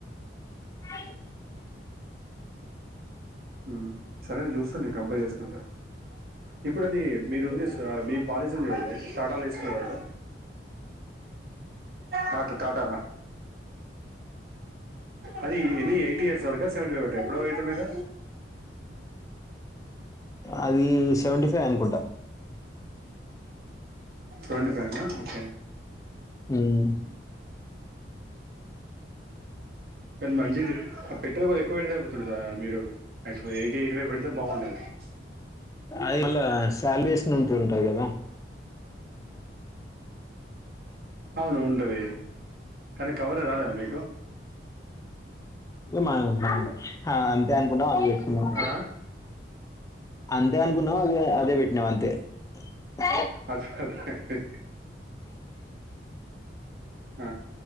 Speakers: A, on the left; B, on the right.
A: అ
B: ఉమ్ సరే నేను చూస్తాను నేను కంపేనీ చేసుకుంటా ఇప్పుడు అది మీరు ఉంది మీ పాలసీ ఉంది కదా టాటలో తీసుకున్నారు టాటా టాటలో అది ఎన్ని ఎయిటీ ఇయర్స్ వరకా సెవెంటీ ఫైవ్ ఎప్పుడో రేట్ మీద
A: అది సెవెంటీ ఫైవ్ తే అనుకుంటా
B: సెవెంటీ ఫైవ్ ఏనా ఓకే
A: ఉమ్
B: కానీ మంచిది పెట్టేది కూడా ఎక్కువ పెడితే అయిపోతుంది కదా మీరు యాక్చువల్గా ఎయిటీ ఎయిటీ ఫైవ్ పెడితే బాగుండేది
A: అది ఇలా శాలరీస్ని ఉంటుంటాది కదా
B: అవును ఉంటది కానీ కవరే రాలేదా మీకు
A: మ మ ఆ అంతే అనుకుంటాం మ్ అంతే
B: ఆ!
A: అంతే అనుకున్నాం అదే అదే పెట్టినం అంతే స
B: అద అదే ఆ